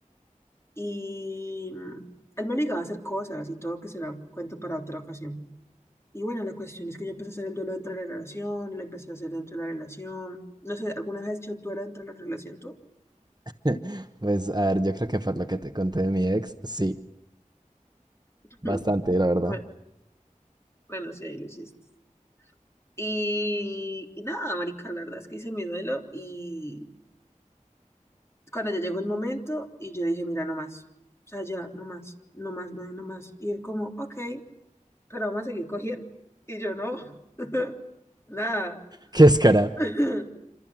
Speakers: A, on the left; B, on the right.
A: Y mm, él me obligaba a hacer cosas y todo que será cuento para otra ocasión. Y bueno, la cuestión es que yo empecé a hacer el duelo dentro de la relación, lo empecé a hacer dentro de la relación. No sé, ¿alguna vez has hecho duelo dentro de la relación tú?
B: <laughs> Pues, a ver, yo creo que fue lo que te conté de mi ex. Sí,
A: <clears throat>
B: bastante, la verdad.
A: Bueno, bueno, sí, ahí lo hiciste. Y, y nada, marica, la verdad es que hice mi duelo y cuando ya llegó el momento y yo dije, mira, no más, o sea, ya, no más, no más, no, no más. Y él como, ok, pero vamos a seguir cogiendo. Y yo no, <laughs> nada.
B: <laughs> Qué escara.
A: <laughs>